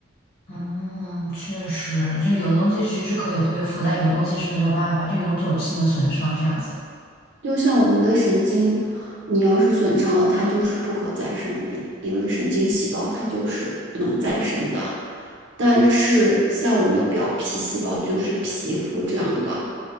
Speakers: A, on the left; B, on the right.
A: 嗯，确实，就有的东西其实是可以恢复，但有的东西是没有办法，就永久性的损伤这样子。
B: 就像我们的神经，你要是损伤了，它就是不可再生的呀，因为神经细胞它就是不能再生的。但是像我们的表皮细胞，就是皮肤这样的。